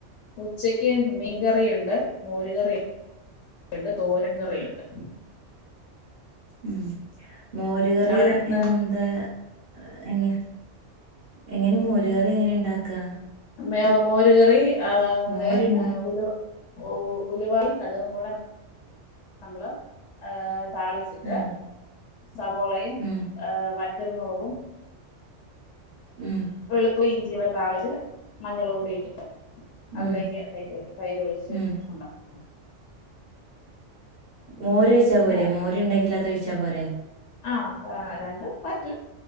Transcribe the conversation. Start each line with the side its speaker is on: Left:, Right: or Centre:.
Left: ഉച്ചക്ക് മീൻകറിയ്ണ്ട് മോര് കറിയുണ്ട് തോരൻകറിയുണ്ട്
Right: ഉം മോരുകറി
Left: അവിടെ എന്താ
Right: എന്ത്‌ എ എങ്ങനെ മോര്കറി എങ്ങനെ ണ്ടാക്കാ
Left: മ മോരുകറി ആ നമ്മടെ
Right: മോര്
Left: ഉലു ഓ ഉലുവായും കടുകും കൂടെ നമ്മള് ഏഹ് താളിച്ചിട്ട്
Right: ആ
Left: സവോളയും
Right: ഉം
Left: ഏ വറ്റൽമുളകും
Right: ഉം
Left: വെളുത്തുള്ളി ഇഞ്ചി ഒക്കെ താളിച്ച് മഞ്ഞൾ കൂടി ഇട്ടിട്ട് അതിലേക്ക്
Right: ഉം
Left: തൈര് തൈര് ഒഴിച്ച്
Right: ഉം
Left: ഉണ്ടാക്കും
Right: മോരൊഴിച്ചാ
Left: പിന്നെ
Right: പോരേ മോര്ണ്ടെങ്കിൽ അതൊഴിച്ചാ പോരെ
Left: ആഹ് രണ്ടും പറ്റും